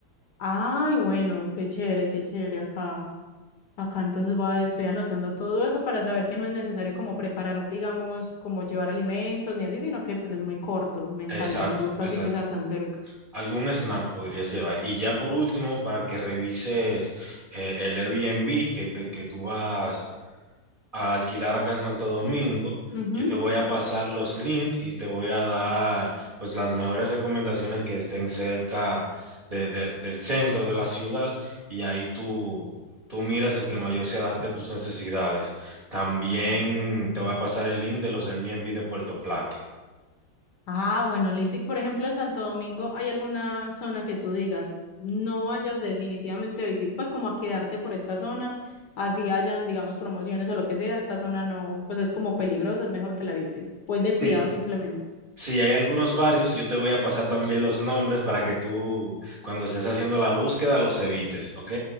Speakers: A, on the left; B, on the right.
A: Ay, bueno, qué chévere, qué chévere acá. Acá entonces voy a, estoy anotando todo eso para saber que no es necesario como preparar, digamos, como llevar alimentos ni así, sino que pues es muy corto. Me encanta,
B: Exacto,
A: me gusta
B: exacto.
A: así que sea tan cerca.
B: Algún snack podrías llevar. Y ya por último, para que revises eh, el Airbnb que, te- que tú vas a alquilar acá en Santo Domingo,
A: Ujú.
B: yo te voy a pasar los links y te voy a dar pues las mejores recomendaciones que estén cerca de- de- del centro de la ciudad y ahí tú, tú miras el que mayor se adapte a tus necesidades. También
A: Dale.
B: te voy a pasar el link de los Airbnb de Puerto Plata.
A: Ah, bueno, listo. Y, Por ejemplo, en Santo Domingo, ¿hay alguna zona que tú digas, no vayas definitivamente a visitar, pues como a quedarte por esta zona, así hayan, digamos, promociones o lo que sea, esta zona no, pues es como peligrosa, es mejor que la evites, pues de cuidado
B: Sí,
A: simplemente.
B: Si hay algunos barrios, yo te voy a pasar también los nombres para que tú, cuando estés haciendo la búsqueda, los evites, ¿ok?